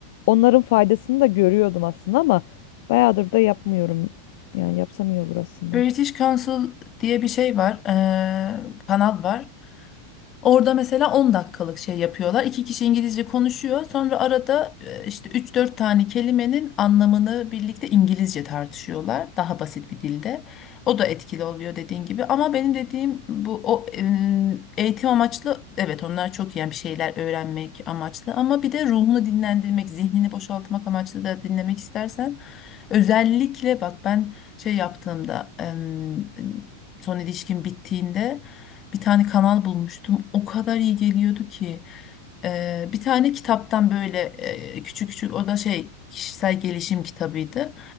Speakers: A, on the left; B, on the left.
A: Onların faydasını da görüyordum aslında ama bayağıdır da yapmıyorum. Yani yapsam iyi olur aslında.
B: British Council diye bir şey var, eee, kanal var. Orada mesela 10 dakikalık şey yapıyorlar. İki kişi İngilizce konuşuyor. Sonra arada e, işte üç dört tane kelimenin anlamını birlikte İngilizce tartışıyorlar. Daha basit bir dilde. O da etkili oluyor dediğin gibi. Ama benim dediğim bu o em, eğitim amaçlı evet onlar çok iyi yani bir şeyler öğrenmek amaçlı ama bir de ruhunu dinlendirmek, zihnini boşaltmak amaçlı da dinlemek istersen özellikle bak ben şey yaptığımda em, son ilişkim bittiğinde bir tane kanal bulmuştum. O kadar iyi geliyordu ki. Ee, bir tane kitaptan böyle e, küçük küçük o da şey kişisel gelişim kitabıydı.